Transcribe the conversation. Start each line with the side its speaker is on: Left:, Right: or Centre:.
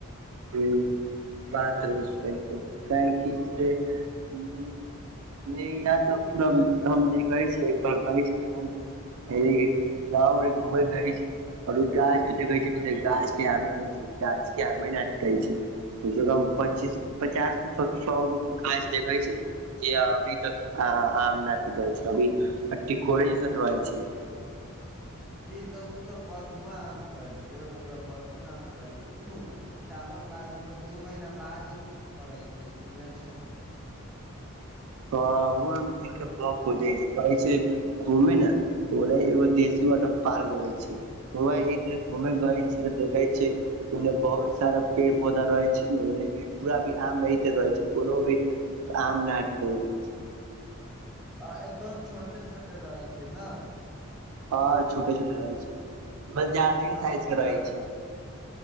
Right: <unintelligible> <unintelligible> ए गांव घुमै नइ छै और गछ तऽ देखे छ गाछ केँ आमे रहै छै गाछ केँ आमे रहै छै कम से कम पच्चीस पचास सौ गो गाछ देखै छै जे अभी तक आम न टूटे छै अभी तऽ टिकोले जैसन रहै छै
Centre: जे तऽ ओ सभ बथुआ आम भेल छै ओकरा बथुआ आम कहै छै उनू सावन बारे तऽ दू महीना बाद फड़ै छै सुनले छियै हमहूँ
Right: तऽ ओ देख कऽ बक हो जाइ छै कहै छै घुम ने ओने एगो देशी वाटर पार्क रहै छै ओ घूमे गैल
Centre: जी
Right: छिय देखै छी ओन्ने बहुत सारा पेड़ पौधा रहे छै ने ओन्ने पूरा भी आम रहिते रहै छै कोनो भी आम नै टूटइ रहै छै
Centre: हा एकदम छोटे छोटे रहै छै न
Right: हँ छोटे छोटे रहै छै <inaudible> बा जादेओ
Centre: आ
Right: साइज
Centre: ओकर
Right: केँ रहै छै